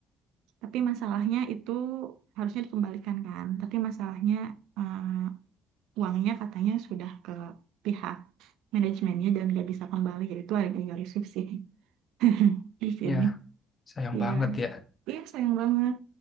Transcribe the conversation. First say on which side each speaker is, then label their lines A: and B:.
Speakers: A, on the right (about 60°); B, on the left (about 35°).
A: tapi masalahnya itu harusnya dikembalikan kan. Tapi masalahnya eh, uangnya katanya sudah ke pihak manajemennya dan nggak bisa kembali, yaitu ada yang risih sih. <laughs> di sini,
B: ya sayang
A: Iya,
B: banget ya
A: iya sayang banget.